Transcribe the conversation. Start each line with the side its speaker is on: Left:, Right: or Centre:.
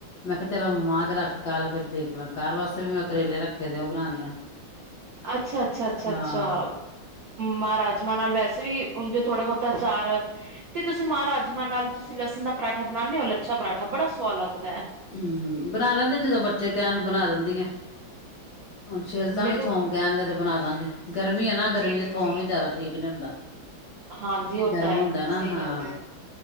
Left: ਮੈਂ ਕਿਹਾ ਚਲੋ ਮਾਂ ਤੇ ਰੱਖ ਕੱਲ ਫੇਰ ਦੇਖ ਲਾ ਕੱਲ ਵਾਸਤੇ ਵੀ ਮੈਂ ਕਰੇਲੇ ਰੱਖੇ ਦੇ ਉਹ ਬਣਾਣੇ ਆ।
Right: ਅੱਛਾ ਅੱਛਾ ਅੱਛਾ
Left: ਹਾਂ
Right: ਅੱਛਾ। ਮਾਂਰਾਜਮਾਂ ਨਾਲ ਵੈਸੇ ਵੀ ਉਂਝ ਥੋੜਾ ਬਹੁਤਾਚਾਰ ਤੇ ਤੁਸੀਂ ਮਾਂਰਾਜਮਾਂ ਨਾਲ ਤੁਸੀਂ ਲਸਣ ਦਾ ਪਰਾਠਾ ਬਣਾਂਦੇ ਹੋ ਲੱਛਾ ਪਰਾਠਾ ਬੜਾ ਸੁਵਾਦ ਲੱਗਦੈ
Left: ਹਮ ਬਣਾ ਲੈਂਦੇ ਜਦੋਂ ਬੱਚੇ ਕਹਿਣ ਬਣਾ ਦਿੰਦੀ ਆ
Right: <unintelligible> <inaudible>
Left: ਹੁਣ ਛਿੱਲਦਾਂਗੇ
Right: ਮੈਨੂੰ
Left: ਥੋਮ ਕਹਿਣਗੇ ਤੇ ਬਣਾ ਦਵਾਂਗੇ ਗਰਮੀ ਆ ਨਾ
Right: ਜੀ
Left: ਗਰਮੀ
Right: ਜੀ
Left: ਚ ਥੋਮ
Right: ਜੀ
Left: ਵੀ ਜ਼ਿਆਦਾ ਠੀਕ ਨੀ ਹੁੰਦਾ <unintelligible> <inaudible>
Right: ਹਾਂਜੀ ਉਹ
Left: ਗਰਮ
Right: ਤਾਂ ਹੈ
Left: ਹੁੰਦਾ ਨਾ
Right: ਸਹੀ
Left: ਹਾਂ
Right: ਗੱਲ ਹੈ